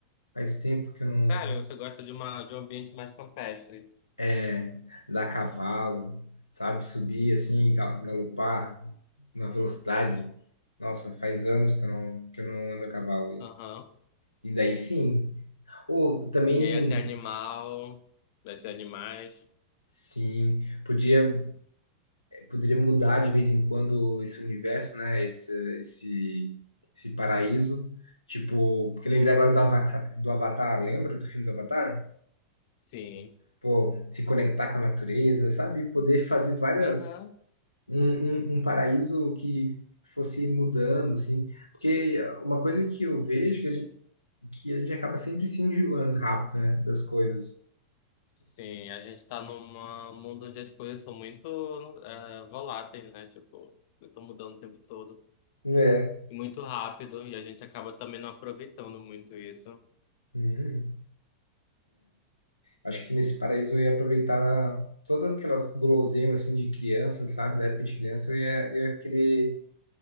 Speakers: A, on the left; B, on the left.
A: Faz tempo que eu não,
B: Sério, você gosta de, uma, de um ambiente mais campestre.
A: é, dar cavalo, sabe? Subir assim, ga- galopar na velocidade. Nossa, faz anos que eu não, que eu não ando a cavalo.
B: Aham.
A: E daí sim. Ou também,
B: E aí até animal, vai ter animais.
A: sim, podia poderia mudar de vez em quando esse universo, né? Esse, esse, esse paraíso. Tipo, porque eu lembrei agora do Avatar, do Avatar, lembra do filme do Avatar?
B: Sim.
A: Pô, se conectar com a natureza, sabe? Poder fazer várias.
B: Aham.
A: Um, um, um paraíso que fosse mudando, assim. Porque uma coisa que eu vejo que a gente, que a gente acaba sempre se enjoando rápido, né? Das coisas.
B: Sim, a gente tá num mundo onde as coisas são muito eh, voláteis, né? Tipo, estão mudando o tempo todo.
A: É.
B: E muito rápido. E a gente acaba também não aproveitando muito isso.
A: Uhum. Acho que nesse paraíso eu ia aproveitar todas aquelas guloseimas assim de criança, sabe? Da época de criança eu ia, eu ia querer